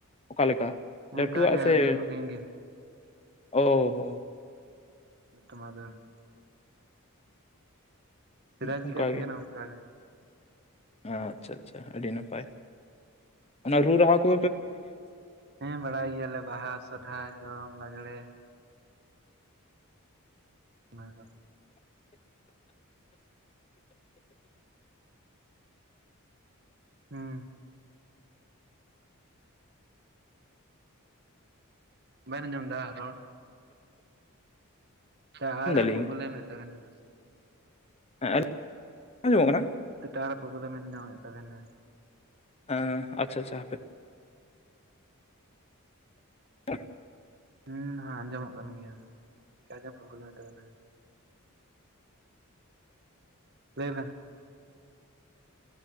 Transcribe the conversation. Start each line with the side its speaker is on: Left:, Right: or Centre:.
Left: ᱚᱠᱟ ᱞᱮᱠᱟ?
Right: ᱚᱱᱠᱟ
Left: ᱞᱟᱴᱩᱣᱟᱜ
Right: ᱜᱮ
Left: ᱥᱮ,
Right: ᱦᱩᱰᱤᱧ ᱦᱩᱰᱤᱧ ᱜᱮ
Left: ᱚᱻ ᱦᱚ ᱾
Right: ᱦᱮᱸ <unintelligible> ᱥᱮᱫᱟᱭ
Left: ᱚᱱᱠᱟ
Right: ᱡᱤᱠᱟ ᱛᱟᱦᱮᱸ
Left: ᱜᱮ
Right: ᱠᱟᱱᱟ ᱚᱱᱠᱟᱜᱮ।
Left: ᱟᱪᱪᱷᱟ ᱟᱪᱪᱷᱟ ᱟᱹᱰᱤ ᱱᱟᱯᱟᱭ ᱚᱱᱟ ᱨᱩ ᱨᱟᱦᱟ ᱠᱚ
Right: ᱦᱮᱸ ᱵᱟᱲᱟᱭ ᱜᱮᱭᱟᱞᱮ ᱵᱟᱦᱟ, ᱥᱚᱨᱦᱟᱭ, ᱫᱚᱝ, ᱞᱟᱜᱽᱲᱮ ᱾ ᱚᱱᱟ ᱠᱚᱫᱚ ᱦᱩᱸ ᱵᱟᱧ ᱟᱸᱡᱚᱢ ᱮᱫᱟ ᱨᱚᱲ ᱴᱟᱣᱟᱨᱮ
Left: ᱢᱮᱱᱫᱟᱞᱤᱧ
Right: ᱯᱨᱚᱵᱞᱮᱢ ᱮᱫ ᱛᱟᱵᱮᱱᱟ ᱱᱟᱥᱮᱱᱟᱜ ᱾
Left: ᱦᱮᱸ ᱟᱸᱡᱚᱢᱚᱜ ᱠᱟᱱᱟ ᱾
Right: ᱚᱱᱛᱮ ᱴᱟᱣᱟᱨᱮ ᱯᱨᱚᱵᱞᱮᱢᱮ ᱧᱟᱢᱮᱫ ᱛᱟᱵᱤᱱᱟ ᱾
Left: ᱦᱮᱸ ᱟᱪᱪᱷᱟ ᱟᱪᱪᱷᱟ ᱦᱟᱯᱮ <inaudible>
Right: ᱦᱮᱸ ᱦᱟᱸ ᱟᱸᱡᱚᱢᱚᱜ ᱠᱟᱱ ᱜᱮᱭᱟ ᱪᱮᱠᱟᱪᱚ ᱯᱨᱚᱵᱞᱮᱢᱮᱫ ᱛᱟᱵᱤᱱᱟ ᱾ ᱞᱟᱹᱭ ᱵᱮᱱ